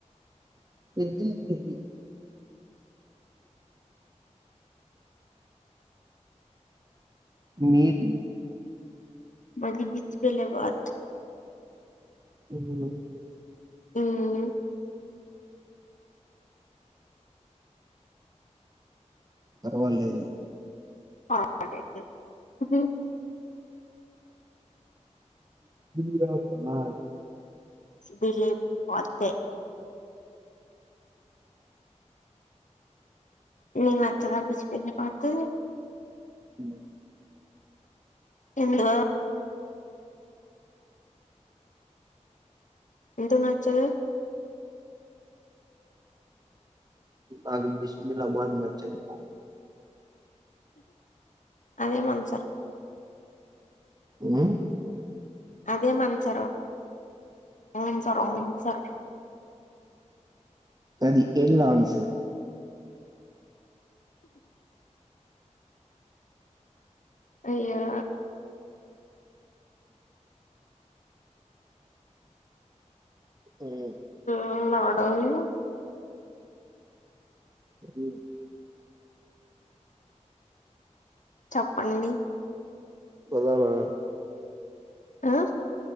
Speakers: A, on the right; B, on the left.
A: <unintelligible> మీది
B: మాది బిస్బిల్లా వాట్
A: అహుమ్
B: ఉమ్
A: పర్వాలేదు
B: పాడే ఉహుమ్
A: బిగా <unintelligible>
B: సెటిల్ అయి పోతే నీకు నచ్చదా పసి పింది తోటి
A: ఉమ్
B: ఎందు ఎందుకు నచ్చాలే
A: ఆ బస్మిలా మ <unintelligible>
B: అదే మన్ సార్
A: ఆమ్
B: అదే మన సారో అవును సారో అవును సారో
A: అది ఇల్లా అన్సార్
B: అయ్యో
A: అమ్
B: ఉందా ఆడోలు
A: అమ్
B: చెప్పండి
A: పోద్దామా
B: ఆ